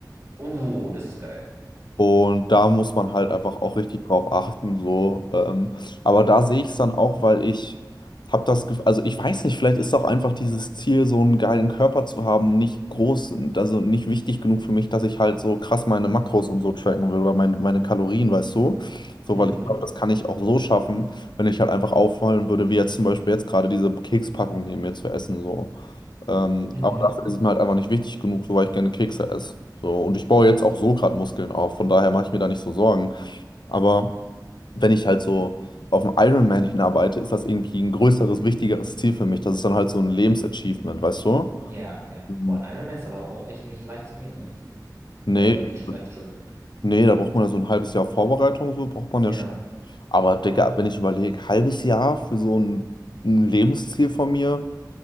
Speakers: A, on the right; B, on the left.
A: Oh, das ist geil.
B: Und da muss man halt einfach auch richtig drauf achten, so. Ähm, aber da sehe ich es dann auch, weil ich habe das Gefühl, also ich weiß nicht, vielleicht ist auch einfach dieses Ziel, so einen geilen Körper zu haben, nicht groß, also nicht wichtig genug für mich, dass ich halt so krass meine Makros und so tracken will oder mein, meine Kalorien, weißt du? So,
A: Mhm,
B: weil ich glaube, das kann ich auch so schaffen, wenn ich halt einfach auffallen würde, wie jetzt zum Beispiel jetzt gerade diese Kekspackung neben mir zu essen, so. Ähm,
A: mhm.
B: aber dafür ist es mir halt einfach nicht wichtig genug, so weil ich gerne Kekse esse. So, und ich baue jetzt auch so gerade Muskeln auf, von daher mache ich mir da nicht so Sorgen. Aber wenn ich halt so auf einen Ironman hinarbeite, ist das irgendwie ein größeres, wichtigeres Ziel für mich. Das ist dann halt so ein Lebensachievement, weißt du?
A: Ja, ja.
B: Mhm.
A: Boah, ein Ironman ist aber auch echt nicht leicht zu nehmen, ne?
B: Nee,
A: Also auf die Schu leichte Schulter.
B: nee, da braucht man ja so ein halbes Jahr Vorbereitung, so braucht man
A: Ja,
B: ja schon. Aber Digga, wenn ich überlege, halbes Jahr für so ein, ein Lebensziel von mir.